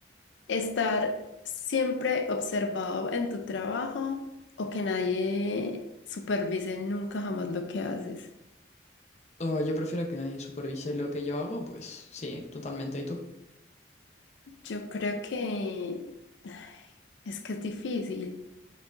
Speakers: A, on the left; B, on the left.
A: ¿Estar siempre observado en tu trabajo o que nadie supervise nunca jamás lo que haces?
B: Oh, yo prefiero que nadie supervise lo que yo hago, pues sí, totalmente. ¿Y tú?
A: Yo creo que <sighs> es que es difícil.